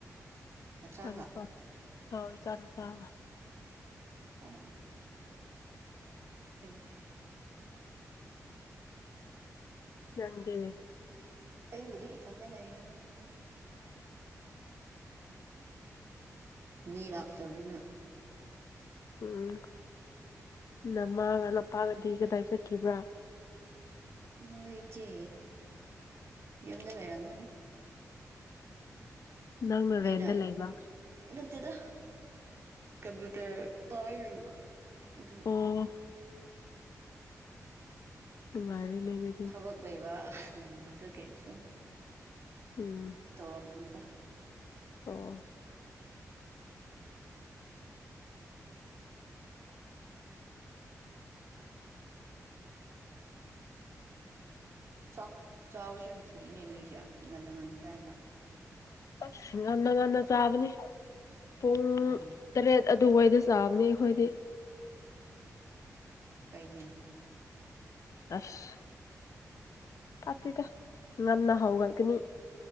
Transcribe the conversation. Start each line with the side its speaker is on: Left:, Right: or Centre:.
Right: ꯅꯆꯥꯒ
Left: ꯏꯆꯥ ꯅꯨꯄꯥ ꯑꯥꯎ ꯏꯆꯥ ꯅꯨꯄꯥꯒ
Right: ꯑꯣ ꯄꯩ ꯐꯩ
Left: ꯅꯪꯗꯤ
Right: ꯑꯩꯕꯨꯗꯤ ꯏꯊꯟꯗ ꯅꯩꯌꯦꯅ ꯁꯨꯝ ꯃꯤ ꯂꯥꯛꯇꯕꯅꯤꯅ
Left: ꯎꯝ ꯅꯃꯥꯒ ꯅꯄꯥꯒꯗꯤ ꯀꯗꯥꯏ ꯆꯠꯈꯤꯕ꯭ꯔꯥ
Right: ꯃꯣꯏꯆꯦ ꯌꯨꯝꯗ ꯂꯩꯔꯝꯒꯅꯤ
Left: ꯅꯪꯅ
Right: ꯅꯣꯏꯅ
Left: ꯔꯦꯟꯗ ꯂꯩꯕ
Right: ꯅꯠꯇꯦꯗ ꯀꯝꯄ꯭ꯨꯇꯔ ꯄꯥꯏ ꯂꯩꯕ ꯑꯗꯨ
Left: ꯑꯣ ꯅꯨꯉꯥꯏꯔ‌ꯦꯅ ꯑ
Right: ꯊꯕꯛ ꯂꯩꯕ ꯑꯗꯨꯒꯤ ꯁꯨꯝ
Left: ꯎꯝ
Right: ꯇꯧꯔꯝꯕꯅꯤꯗ
Left: ꯑꯣ
Right: ꯆꯥꯛ ꯆꯕꯁꯨ ꯌꯥꯝ ꯊꯨꯏꯅꯦ ꯅꯣꯏꯁꯦ ꯉꯟꯅ ꯉꯟꯅ ꯆꯥꯏꯀꯣ
Left: ꯑꯁ ꯉꯟꯅ ꯉꯟꯅ ꯆꯥꯕꯅꯤ ꯄꯨꯡ
Right: ꯑꯣ
Left: ꯇꯔꯦꯠ ꯑꯗꯨꯋꯥꯏꯗ ꯆꯥꯕꯅꯦ ꯑꯩꯈꯣꯏꯗꯤ
Right: ꯄꯩꯅ‌ꯦ
Left: ꯑꯁ ꯄꯥꯇꯦꯗ ꯉꯟꯅ ꯍꯧꯒꯠꯀꯅꯤ